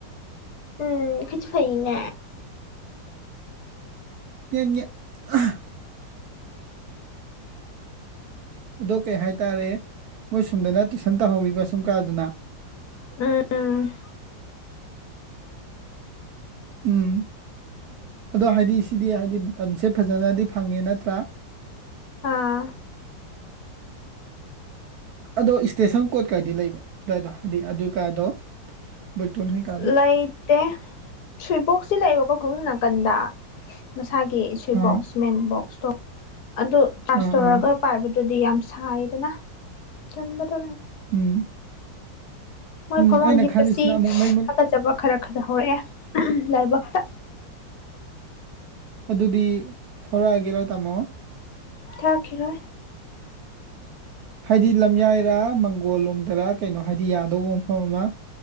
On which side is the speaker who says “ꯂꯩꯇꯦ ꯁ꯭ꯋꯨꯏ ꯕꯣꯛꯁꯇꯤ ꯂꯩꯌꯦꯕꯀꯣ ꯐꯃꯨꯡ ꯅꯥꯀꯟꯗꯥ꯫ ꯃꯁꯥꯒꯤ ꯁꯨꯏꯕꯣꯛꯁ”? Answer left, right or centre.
Left